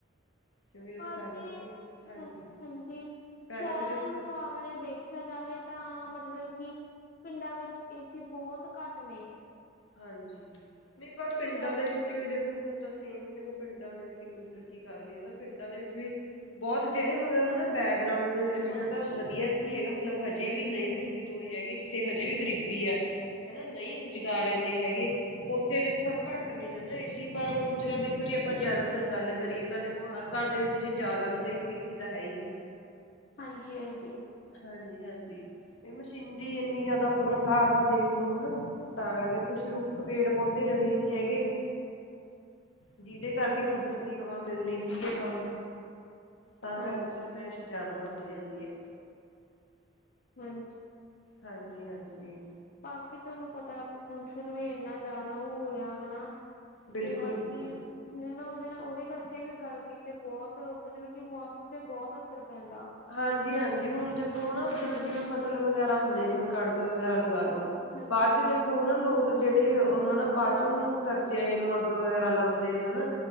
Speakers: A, on the left; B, on the left.
A: ਕਿਉਂਕਿ ਦੇਖੋ
B: ਬਾ
A: ਪਹਿਲਾਂ
B: ਕੇ
A: ਵੀ ਹਾਂਜੀ
B: ਹ ਹਾਂਜੀ
A: ਪਹਿਲਾਂ
B: ਸ਼ਹਿਰਾਂ
A: ਵੀ ਦੇਖੋ
B: ਦੇ ਮੁ ਮੁਕਾਬਲੇ ਦੇਖਿਆ ਜਾਵੇ ਤਾਂ ਮਤਲਬ ਕਿ ਪਿੰਡਾਂ ਵਿੱਚ ਏਸੀ ਬਹੁਤ ਘੱਟ ਨੇ
A: ਹਾਂਜੀ ਨਹੀਂ ਪਰ ਪਿੰਡਾਂ
B: ਸ਼ਹਿਰ
A: ਦੇ ਵਿੱਚ ਵੀ ਦੇਖੋ ਹੁਣ ਤਾਂ ਸੇਮ ਹੀ ਦੇਖੋ ਪਿੰਡਾਂ ਨੇ ਵੀ ਕਿੰਨੀ ਤਰੱਕੀ ਕਰ ਲਈ ਹੈ ਤਾਂ ਪਿੰਡਾਂ ਦੇ ਵਿੱਚ ਵੀ ਬਹੁਤ ਜਿਹੜੇ ਮਤਲਬ ਹਨਾ ਬੈਗ ਗਰਾਊਂਡ ਜਿਨਾਂ
B: ਹਾਂਜੀ
A: ਦਾ ਵਧੀਆ ਹੈਗਾ ਮਤਲਬ ਹਜੇ ਵੀ ਨਹੀਂ ਵਿਅਕਤੀ ਤੋਂ ਇਹ ਹੈਗੇ ਜਿੱਥੇ ਹਜੇ ਵੀ ਗਰੀਬੀ ਐ ਹਨਾ ਨਹੀਂ ਇੰਨੇ <unintelligible> ਹੈਗੇ ਉੱਥੇ ਦੇਖੋ
B: ਹਾਂਜੀ
A: ਘੱਟ ਨੇ ਹਨਾ ਸੀ ਪਰ ਹੁਣ ਉਂਝ ਜਿਦ ਦੇਖੋ ਜੇ ਆਪਾਂ ਜ਼ਿਆਦਾਤਰ ਗੱਲ ਕਰੀਏ ਤਾਂ ਦੇਖੋ ਹਰ ਘਰ ਦੇ ਵਿੱਚ ਜੇ ਜ਼ਿਆਦਾ ਨਹੀਂ ਤਾਂ ਇੱਕ ਏ ਸੀ ਤਾਂ ਹੈ ਹੀ ਆ।
B: ਹਾਂਜੀ ਹਾਂਜੀ
A: ਹਾਂਜੀ ਹਾਂਜੀ ਏ ਮਸ਼ੀਨਰੀ ਇੰਨੀ ਜ਼ਿਆਦਾ ਹੋਨ ਕਾਰਨ ਦੇਖ ਲੋ ਹਨਾ ਤਾਂ ਕਰਕੇ ਕੁਛ ਰੁੱਖ ਪੇੜ ਪੌਦੇ ਰਹੇ ਨੀ ਹੈਗੇ ਜਿਹਦੇ ਕਰਕੇ
B: ਹਾਂਜੀ
A: ਕੁਦਰਤੀ ਹਵਾ ਮਿਲਣੀ ਸੀ ਆਪਾਂ ਨੂੰ ਤਾਂ
B: ਹਾਂਜੀ
A: ਕਰਕੇ ਗਰਮਾਇਸ਼ ਜ਼ਿਆਦਾ ਹੋ ਹੋ ਜਾਂਦੀ ਏ
B: ਹਾਂਜੀ
A: ਹਾਂਜੀ ਹਾਂਜੀ
B: ਬਾਕੀ ਤੁਹਾਨੂੰ ਪਤਾ ਪ੍ਰਦੂਸ਼ਣ ਵੀ ਇੰਨਾ ਜ਼ਿਆਦਾ ਹੋਆ ਹਨਾ
A: ਬਿਲਕੁਲ
B: ਜਿਹੜਾ ਕਿ
A: ਬਿਲਕੁਲ
B: ਜਿਹਦੇ ਨਾਲ ਉਹਦੇ ਨਾਲ ਉਹਦੇ ਕਰਕੇ ਵੀ ਗਰਮੀ ਤੇ ਬਹੁਤ ਮਤਲਬ ਕਿ ਮੌਸਮ ਤੇ ਬਹੁਤ ਅਸਰ ਪੈਂਦਾ
A: ਹਾਂਜੀ ਹਾਂਜੀ ਹੁਣ ਦੇਖੋ ਨਾ ਜਦੋਂ ਜਿਵੇਂ ਫਸਲ ਵਗੈਰਾ ਹੁੰਦੇ ਜਿਵੇਂ ਕਣਕ ਵਗੈਰਾ ਲਗਾ ਲੋੋ
B: ਹਾਂਜੀ
A: ਬਾਅਦ
B: ਹਾਂਜੀ
A: ਚ ਦੇਖੋ ਹਨਾ ਲੋਕ ਜਿਹੜੇ ਉਹ ਹਨਾ ਬਾਅਦ ਚ ਉਹਨੂੰ ਕਚਰੇ ਜਏ ਨੂੰ ਅੱਗ ਵਗੈਰਾ ਲਾਉਂਦੇ ਨੇ ਹਨਾ